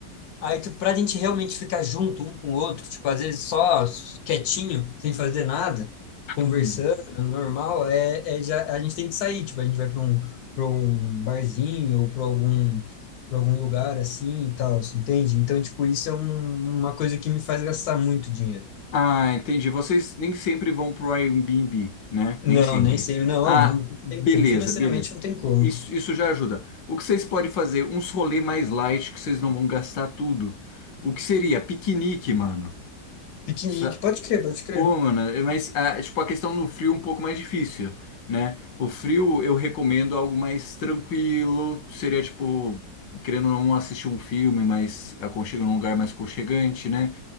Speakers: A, on the left (about 70°); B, on the left (about 85°).
A: Aí, tipo, pra gente realmente ficar junto um com o outro, tipo, às vezes só quietinho, sem fazer nada, conversando,
B: Hum.
A: normal, é, é já, a gente tem que sair, tipo, a gente vai pra um, pra um barzinho ou pra algum, pra algum lugar assim e tal, você entende? Então, tipo, isso é um- uma coisa que me faz gastar muito dinheiro.
B: Ah, entendi. Vocês nem sempre vão pro Airbnb, né?
A: Não,
B: Nem sempre.
A: nem sei, não,
B: Ah,
A: não
B: beleza,
A: tem como, financeiramente
B: beleza.
A: não tem como.
B: I- Isso, isso já ajuda. O que vocês podem fazer? Uns rolê mais light que vocês não vão gastar tudo. O que seria? Piquenique, mano.
A: Piquenique,
B: Sa-
A: pode
B: eh,
A: crer, pode crer.
B: Pô, mano, é, mas ah, tipo, a questão no frio é um pouco mais difícil, né? O frio eu recomendo algo mais tranquilo, seria tipo, querendo ou não assistir um filme, mas aconchega num lugar mais aconchegante, né?